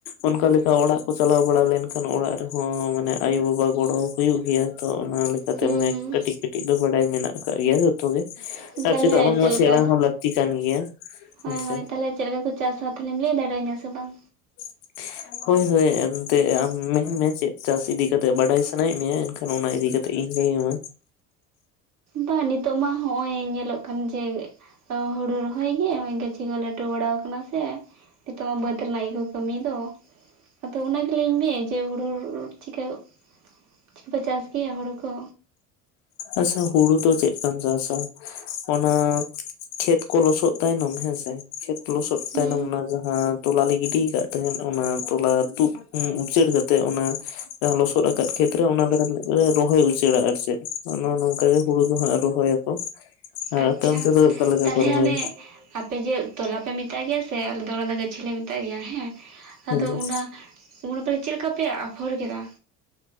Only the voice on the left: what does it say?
ᱚᱱᱠᱟ ᱞᱮᱠᱟ ᱚᱲᱟᱜ ᱠᱚ ᱪᱟᱞᱟᱣ ᱵᱟᱲᱟ ᱞᱮᱱᱠᱷᱟᱱ ᱚᱲᱟᱜ ᱨᱮᱦᱚᱸ ᱢᱟ ᱚᱱᱮ ᱟᱭᱳ ᱵᱟᱵᱟ ᱜᱚᱲᱚ ᱦᱩᱭᱩᱜ ᱜᱮᱭᱟ ᱛᱚ ᱚᱱᱟ ᱞᱮᱠᱟᱛᱮ
ᱢᱟᱱᱮ ᱠᱟᱹᱴᱤᱡ ᱠᱟᱹᱴᱤᱡ ᱫᱚ ᱵᱟᱰᱟᱭ ᱢᱮᱱᱟᱜ ᱟᱠᱟᱫ ᱜᱮᱭᱟ ᱦᱟᱹᱛ ᱛᱚᱵᱮ
ᱟᱨ
ᱪᱮᱫᱟᱜ ᱵᱟᱝ
ᱢᱟ
ᱥᱮᱬᱟ ᱦᱚᱸ ᱞᱟᱹᱠᱛᱤ ᱠᱟᱱ ᱜᱮᱭᱟ᱾
ᱦᱮᱸᱥᱮ
<inaudible> ᱦᱳᱭ ᱦᱳᱭ ᱮᱱᱛᱮᱫ ᱟᱢ ᱢᱮᱱᱢᱮ ᱪᱮᱫ ᱪᱟᱥ ᱤᱫᱤ ᱠᱟᱛᱮᱫ ᱵᱟᱰᱟᱭ ᱥᱟᱱᱟᱭᱮᱫ ᱢᱮᱭᱟ ᱮᱱᱠᱷᱟᱱ ᱚᱱᱟ ᱤᱫᱤ ᱠᱟᱛ ᱛᱤᱡ ᱤᱧ ᱞᱟᱹᱭ ᱟᱢᱟ᱾
ᱟᱪᱪᱷᱟ ᱦᱩᱲᱩ ᱫᱚ ᱪᱮᱫᱠᱟᱢ ᱪᱟᱥᱟ? ᱚᱱᱟ ᱠᱷᱮᱛ ᱠᱚ ᱞᱚᱥᱚᱫ ᱛᱟᱭᱱᱚᱢ ᱦᱮᱸᱥᱮ ᱠᱷᱮᱛ ᱞᱚᱥᱚᱫ
ᱛᱟᱭᱱᱚᱢ ᱚᱱᱟ ᱡᱟᱦᱟᱸ ᱛᱚᱞᱟ ᱞᱮ ᱜᱤᱰᱤᱭ ᱠᱟᱜ ᱛᱟᱦᱮᱸᱱ ᱚᱱᱟ ᱛᱚᱞᱟ ᱛᱩᱫ ᱩᱸ ᱩᱪᱟᱹᱲ ᱠᱟᱛᱮᱜ ᱚᱱᱟ ᱡᱟᱦᱟᱸ ᱞᱚᱥᱚᱫ ᱮᱴᱟᱜ ᱠᱷᱮᱛ ᱨᱮ ᱚᱱᱟ ᱞᱮᱠᱟ ᱨᱮ ᱨᱚᱦᱚᱭ ᱩᱪᱟᱹᱲᱟ ᱟᱨ ᱪᱮᱫ ᱱᱚ ᱱᱚᱝᱠᱟ ᱜᱮ ᱦᱩᱲᱩ ᱫᱚ ᱦᱟᱸᱜ ᱨᱚᱦᱚᱭᱟᱠᱚ᱾ ᱟᱨ
ᱟᱯᱮ ᱚᱱᱛᱮ ᱫᱚ ᱚᱠᱟ ᱞᱮᱠᱟ
ᱠᱚ ᱨᱚᱦᱚᱭ?
ᱦᱮᱸ